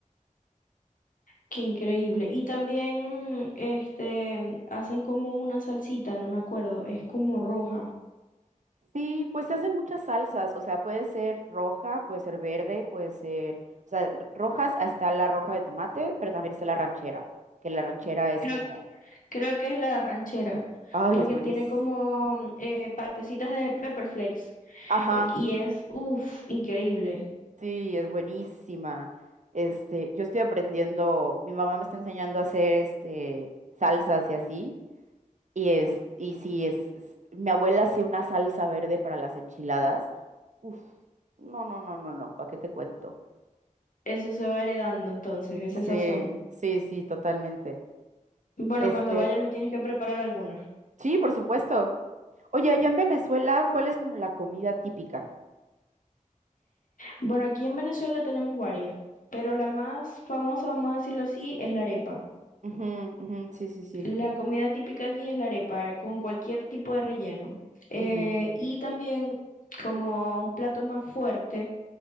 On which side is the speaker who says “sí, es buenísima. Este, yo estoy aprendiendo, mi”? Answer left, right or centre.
Right